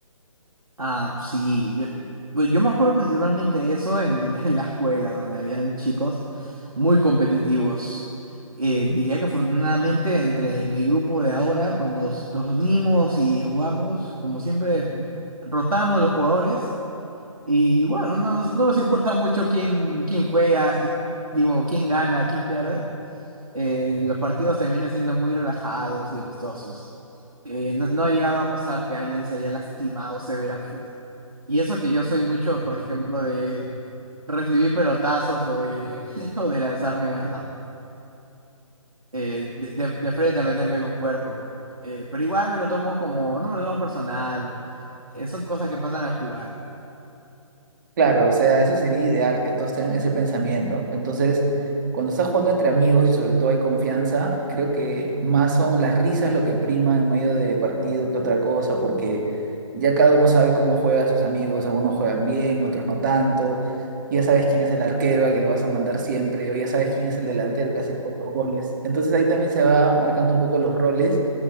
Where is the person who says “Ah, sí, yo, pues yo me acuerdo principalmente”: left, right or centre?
Right